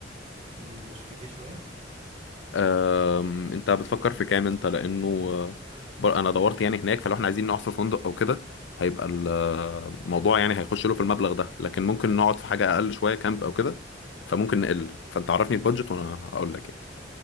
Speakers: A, on the right; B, on the left.
A: مم، مش كتير شوية
B: آم، انت بتفكر في كام انت لانه آه، بر- انا دورت يعني هناك فلو احنا عايزين نقعد في فندق او كده هيبقى ال- آه، الموضوع يعني هيخش له في المبلغ ده لكن ممكن نقعد في حاجة اقل شوية كامب او كده فممكن نقل فانت عرفني البادجت وانا هقول لك يعني